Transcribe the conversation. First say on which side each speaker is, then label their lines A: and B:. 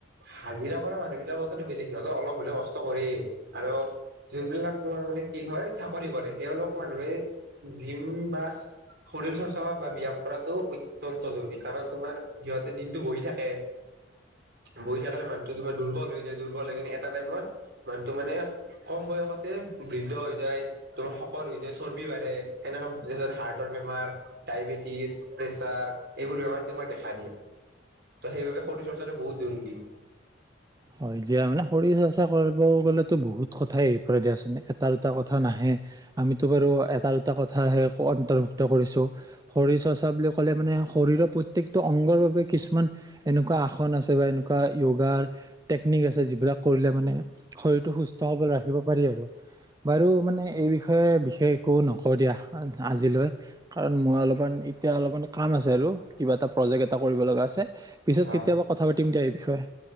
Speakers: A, on the right; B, on the right.
A: হাজিৰা কৰা মানুহবিলাকৰ কথাটো বেলেগ, সিহঁত অলপ হলেও কষ্ট কৰেই, আৰু যোনবিলাকৰ মানে কি হয় চাকৰি কৰে, এওলোক মানুহে জিম বা শৰীৰ চৰ্চা বা ব্যায়াম কৰাটো অত্যন্ত জৰুৰী। কাৰণ তোমাৰ সিহঁতে দিনটো বহি থাকে, বহি থাকিলে মানুহটো তোমাৰ দুৰ্বল হৈ যায়। দুৰ্বল হৈ কিনে এটা টাইমত মানুহটো মানে কম বয়সতে বৃদ্ধ হৈ যায়, তোমাৰ শকত হৈ যায়, চৰ্বি বাঢ়ে, এনেকুৱা হাৰ্টৰ বেমাৰ, ডায়বেটিছ, প্ৰেচাৰ এইবোৰ বেমাৰ তোমাক দেখা দিয়ে। ত' সেইবাবে শৰীৰ চৰ্চাটো বহুত জৰুৰী।
B: হয় দিয়া। মানে শৰীৰ চৰ্চা চা কৰিব গ'লেতো বহুত কথাই আহি পৰে দিয়াচোন, এটা দুটা কথা নাহে। আমিটো বাৰু এটা এটা কথা সে অন্তৰ্ভুক্ত কৰিছোঁ, শৰীৰ চৰ্চা বুলি ক'লে মানে শৰীৰৰ প্ৰত্যেকটো অংগৰ বাবে কিছুমান এনেকুৱা আসন আছে বা, এনেকুৱা য়োগাৰ টেকনিক আছে যিবিলাক কৰিলে মানে শৰীৰটো সুস্থ সবল ৰাখিব পাৰি আৰু। বাৰু মানে এই বিষয়ে বিশেষ একো নকওঁ দিয়া আজিলৈ, কাৰণ মই অলপমান এতিয়া অলপমান কাম আছে আৰু, কিবা এটা প্ৰজেক্ট এটা কৰিব লগা আছে। পিছত কেতিয়াবা
A: অ
B: কথা পাতিম দে এই বি নি্চয়।